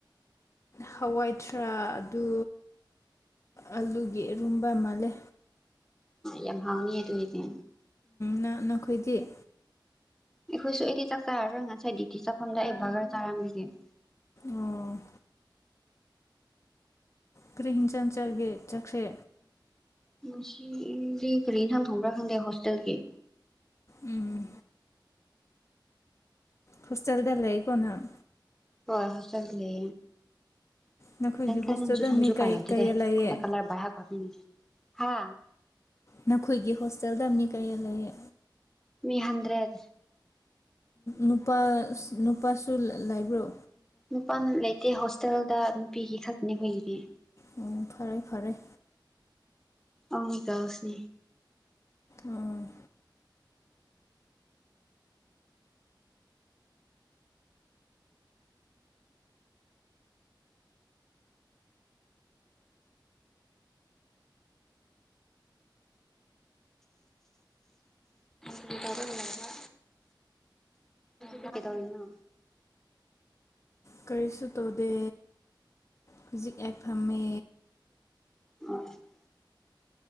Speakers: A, on the left; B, in the centre.
A: ꯍꯋꯥꯏꯊꯔꯥꯛ ꯑꯗꯨ ꯑꯂꯨꯒꯤ ꯏꯔꯣꯟꯕ ꯃꯥꯜꯂꯦ
B: ꯌꯥꯝ ꯍꯥꯎꯅꯤꯌꯦ ꯑꯗꯣꯏꯗꯤ
A: ꯅꯥ ꯅꯈꯣꯏꯗꯤ
B: ꯑꯩꯈꯣꯏꯁꯨ ꯑꯩꯗꯤ ꯆꯥꯛ ꯆꯥꯔꯔꯣꯏ ꯉꯁꯥꯏ ꯗꯤꯀꯤ ꯆꯥꯐꯝꯗ ꯑꯩ ꯕꯔꯒ꯭ꯔ ꯆꯥꯔꯝꯒꯤꯅꯤ
A: ꯑꯣ ꯀ꯭ꯔꯤ ꯍꯤꯟꯖꯥꯡ ꯆꯥꯒꯦ ꯆꯥꯛꯁꯦ
B: ꯉꯁꯤ ꯀꯔꯤ ꯏꯟꯁꯥꯡ ꯊꯣꯡꯕ꯭ꯔꯥ ꯈꯪꯗꯦ ꯍꯣꯁꯇꯦꯜꯒꯤ
A: ꯎꯝ ꯍꯣꯁꯇꯦꯜꯗ ꯂꯩꯑꯩꯀꯣ ꯅꯪ
B: ꯍꯣꯏ ꯆꯠ ꯂꯦ <unintelligible>
A: ꯅꯈꯣꯏꯒꯤ ꯍꯣꯁꯇꯦꯜꯗ ꯃꯤ ꯀꯩ ꯀꯌꯥ ꯂꯩꯌꯦ
B: ꯍꯥ
A: ꯅꯈꯣꯏꯒꯤ ꯍꯣꯁꯇꯦꯜꯗ ꯃꯤ ꯀꯌꯥ ꯂꯩꯌꯦ
B: ꯃꯤ ꯍꯟꯗ꯭ꯔꯦꯠ
A: ꯅꯨꯄꯥ ꯅꯨꯄꯥꯁꯨ ꯂꯥꯏꯕ꯭ꯔꯣ
B: ꯅꯨꯄꯥꯅ ꯂꯩꯇꯦ ꯍꯣꯁꯇꯦꯜꯗ ꯅꯨꯄꯤꯒꯤ ꯈꯛꯇꯅꯤ ꯍꯈꯣꯏꯒꯤꯗꯤ
A: ꯎꯝ ꯐꯔꯦ ꯐꯔꯦ
B: ꯑꯝ ꯇꯧꯁꯤ
A: ꯑꯣ
B: ꯀꯔꯤ ꯇꯧꯔꯒ ꯂꯩꯕꯔ ꯗꯤ ꯀꯩꯗꯧꯔꯤꯅꯣ
A: ꯀꯔꯤꯁꯨ ꯇꯧꯗꯦ ꯍꯧꯖꯤꯛ ꯑꯦ ꯐꯝꯃꯦ
B: <unintelligible>